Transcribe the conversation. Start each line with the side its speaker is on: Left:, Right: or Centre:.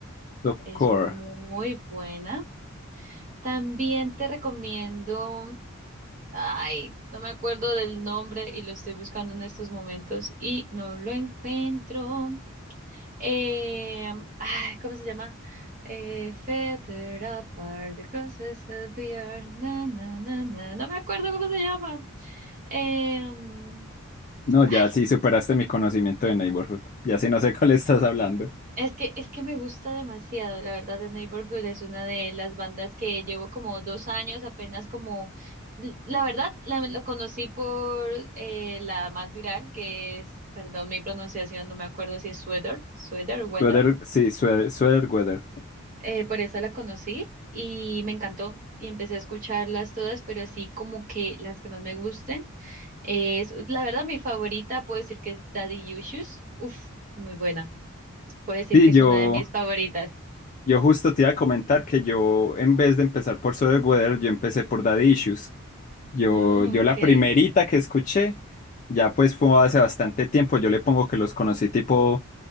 Left: Top
Right: es
Left: core.
Right: muy buena. También te recomiendo, ay, no me acuerdo del nombre y lo estoy buscando en estos momentos y no lo encuentro. Eh, ay, ¿cómo se llama? Eh, Fetter apart, the crosses that we are, na, na, na, na. No me acuerdo cómo se llama. Eh, mm,
Left: No, ya
Right: ay,
Left: sí superaste mi conocimiento de Neighborhood. Ya sí no sé cuál estás hablando.
Right: es que, es que me gusta demasiado, la verdad, The Neighborhood es una de las bandas que llevo como dos años apenas como, la verdad, la, la conocí por eh, la más viral, que es, perdón mi pronunciación, no me acuerdo si es Sweater, Sweater, Weather,
Left: Sweater, sí, sweater, sweater weather.
Right: eh, por esa la conocí y me encantó y empecé a escucharlas todas, pero así como que las que más me gusten es, la verdad, mi favorita puedo decir que es Daddy Issues. Uf, muy buena. Puedo decir
Left: Sí,
Right: que
Left: yo.
Right: es una de mis favoritas.
Left: Yo justo te iba a comentar que yo, en vez de empezar por Sweater Weather, yo empecé por Daddy Issues. Yo,
Right: Oh,
Left: yo
Right: ok.
Left: la primerita que escuché, ya pues fue hace bastante tiempo, yo le pongo que los conocí tipo